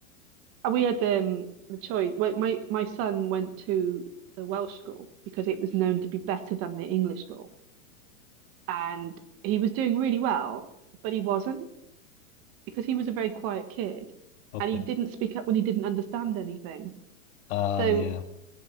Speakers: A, on the right (about 30°); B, on the left (about 50°).
A: we had um the choice. Well, my my son went to the Welsh school because it was known to be better than the English school, and he was doing really well, but he wasn't because he was a very quiet kid,
B: Okay.
A: and he didn't speak up when he didn't understand anything.
B: Ah,
A: So,
B: yeah.